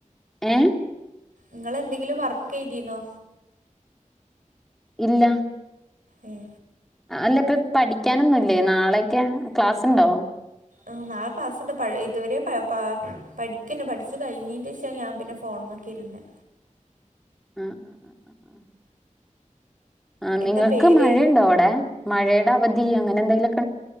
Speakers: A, in the centre; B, on the right (about 90°).
A: ഏ
B: ഇങ്ങള് എന്തെങ്കിലും വർക്ക് യ്തിന്നൊ
A: ഇല്ല
B: ഉം
A: അ അല്ല ഇപ്പ പഠിക്കാനൊന്നുല്ലേ നാളെയൊക്കെ ക്ലാസ്സ്ണ്ടോ
B: മ് നാളെ ക്ലാസ്ണ്ട് പഴേ ഇതുവരെ പ പാ പഠിക്ക്ന്നെ പഠിച്ച് കഴിഞ്ഞീന്റെ ഷ ഞാൻ പിന്നെ ഫോൺമക്ക് ഇര്ന്നെ
A: ആ ആ ആ ആ ആ ആ നിങ്ങക്ക്
B: എന്താ പേര്
A: മഴയിണ്ടോ അവിടെ മഴേടെ അവധി അങ്ങനെ എന്തെങ്കിലൊക്കെ